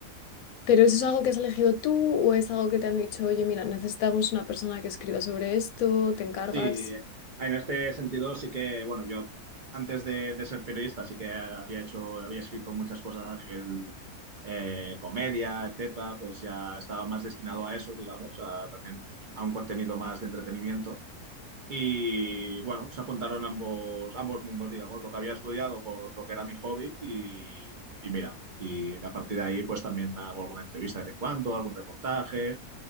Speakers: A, on the left (about 70°); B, on the right (about 55°).
A: ¿Pero eso es algo que has elegido tú o es algo que te han dicho, oye, mira, necesitamos una persona que escriba sobre esto, te encargas?
B: Sí, en este sentido sí que, bueno, yo antes de, de ser periodista sí que había hecho, había escrito muchas cosas a nivel eh, comedia, etcétera, pues ya estaba más destinado a eso, digamos, a también a un contenido más de entretenimiento. Y bueno, se juntaron ambos, ambos mundos, digamos, lo que había estudiado con lo que era mi hobby y, y mira, y a partir de ahí pues también hago alguna entrevista de vez en cuando, algún reportaje